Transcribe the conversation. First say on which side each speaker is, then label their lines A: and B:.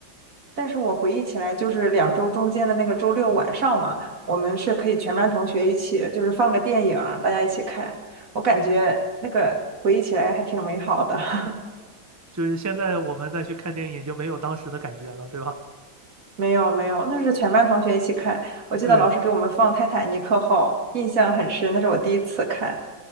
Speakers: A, on the right (about 45°); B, on the right (about 15°).
A: 但是我回忆起来，就是两周中间的那个周六晚上嘛，我们是可以全班同学一起，就是放个电影，大家一起看。我感觉那个回忆起来还挺美好的。<laughs>
B: 就是现在我们再去看电影就没有当时的感觉了，对吧？
A: 没有没有，那是全班同学一起看。
B: <laughs>
A: 我记得老师给我们放《泰坦尼克号》，
B: 对
A: 印象很深，那是我第一次看。